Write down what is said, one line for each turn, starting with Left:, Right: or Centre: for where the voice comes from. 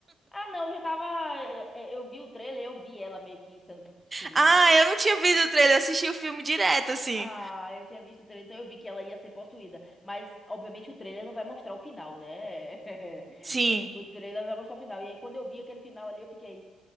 Left: Ah, não, já tava. é, é, Eu vi o trailer, eu vi ela meio que sendo <laughs> possuída.
Right: Ah, eu não tinha visto o trailer, eu assisti o filme direto assim.
Left: Ah, eu tinha visto o trailer, então eu vi que ela ia ser possuída. Mas, obviamente, o trailer não vai mostrar o final, né? <laughs>
Right: Sim.
Left: O trailer não vai mostrar o final. E aí, quando eu vi aquele final ali, eu fiquei.